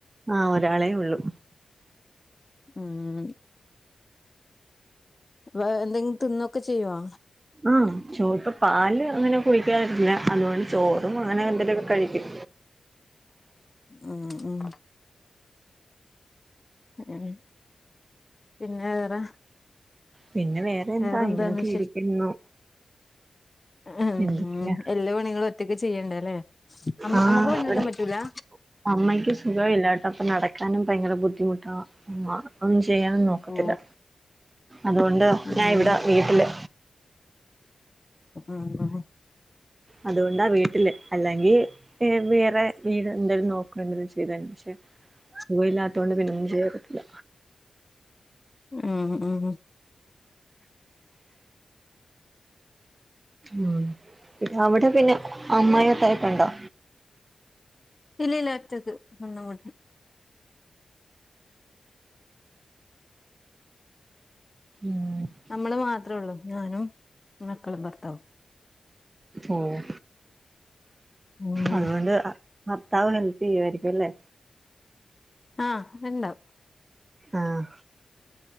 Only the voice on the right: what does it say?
ആഹ് ഒരാളേ ഉള്ളൂ
ആഹ് ചോ ഇപ്പ പാല് അങ്ങനെ കുടിക്കാറില്ല അതുകൊണ്ട് ചോറും അങ്ങനെ എന്തേലൊക്കെ കഴിക്കും.
പിന്നെ വേറെ എന്താ
ഇങ്ങനൊക്കെ
ഇരിക്കുന്നു
എന്തൊക്കെയാ
ആഹ്
ഇവിടെ
അമ്മയ്ക്ക് സുഖവില്ലാട്ടോ അപ്പൊ നടക്കാനും ഭയങ്കര ബുദ്ധിമുട്ടാ ആഹ് അപ്പ ഒന്നും ചെയ്യാനൊന്നും ഒക്കത്തില്ല
അതുകൊണ്ട്
ഞാ ഇവിടെ വീട്ടില്
അതുകൊണ്ടാ വീട്ടില് അല്ലെങ്കീ ഏഹ് വേറെ വീട് എന്തായാലും നോക്കണ <unintelligible> പക്ഷെ സുഖില്ലാ ത്തോണ്ട് പിന്നെ ഒന്നും ചെയ്യാൻ ഒക്കത്തില്ല.
ഉം അവിടെ പിന്നെ അമ്മായും അത്തായൊക്കെ എണ്ടോ?
ഉം
ഓഹ്
അതുകൊണ്ട് ഭർത്താവ് ഹെല്പ് ചെയ്യുവായിരിക്കും അല്ലേ?
ആഹ്